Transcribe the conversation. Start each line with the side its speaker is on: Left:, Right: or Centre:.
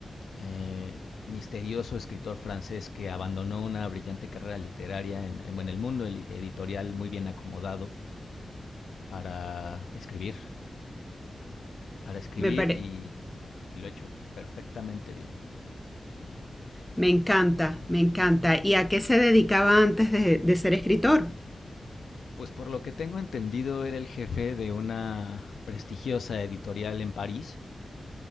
Left: eh, misterioso escritor francés que abandonó una brillante carrera literaria en, en- bueno, en el mundo el- editorial muy bien acomodado para escribir, para escribir
Centre: me, pare-
Left: y, y lo ha hecho perfectamente bien.
Centre: me encanta, me encanta. ¿Y a qué se dedicaba antes de, de ser escritor?
Left: Pues por lo que tengo entendido, era el jefe de una prestigiosa editorial en París